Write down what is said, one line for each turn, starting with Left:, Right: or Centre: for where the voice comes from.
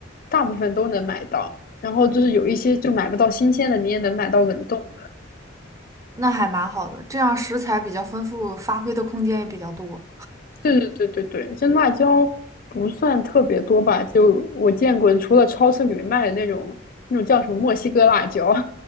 Left: 大部分都能买到，然后就是有一些就买不到新鲜的，你也能买到冷冻的。
Right: 那还蛮好的，这样食材比较丰富，发挥的空间也比较多。
Left: 对对对对对，这辣椒不算特别多吧，就我见过，除了超市里面卖的那种那种叫什么墨西哥辣椒，<laughs>